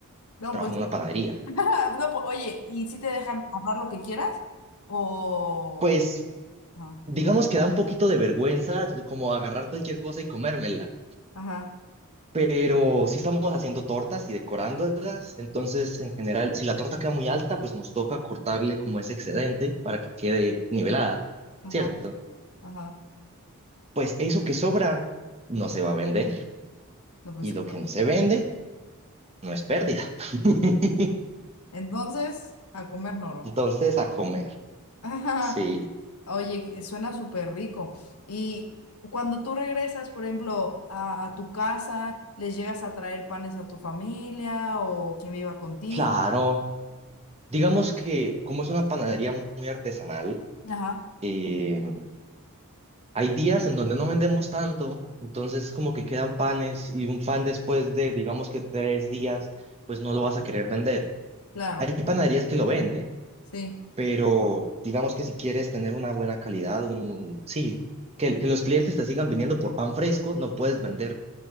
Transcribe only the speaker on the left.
No,
pues,
<laughs>
no, pues, oye, ¿y si te dejan hablar lo que quieras? O...
no.
Ajá,
ajá,
ajá.
No, pues,
claro.
Entonces, a comer noro.
<laughs>
Oye, suena súper rico. Y cuando tú regresas, por ejemplo, a, a tu casa, ¿les llegas a traer panes a tu familia o quien viva contigo?
Ajá.
Claro,
sí,